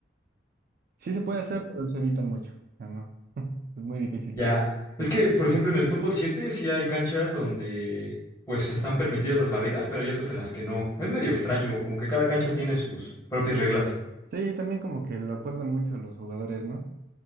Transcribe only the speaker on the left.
Ya.
Es que, por ejemplo, en el fútbol 7 sí hay canchas donde pues están permitidas las barridas, pero hay otras en las que no. Es medio extraño, como que cada cancha tiene sus propias reglas.